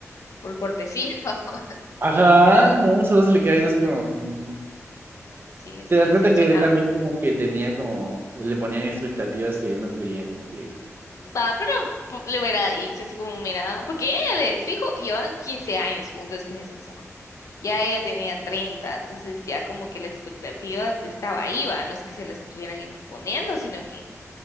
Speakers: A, on the left; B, on the right.
A: por cortesía. <laughs> vamos.
B: Ajá, no, solo se le queda viendo así como, "Mm".
A: Sí, así
B: Te das
A: decepcionada.
B: cuenta que él también como que tenía como, le ponían expectativas que él no quería cumplir.
A: Va, pero po- le hubiera dicho así como, mira, porque ella le, fijo, llevan 15 años juntos después, o sea, ya ella tenía 30, entonces ya como que la expectativa estaba ahí, va, no es que se la estuvieran imponiendo, sino que,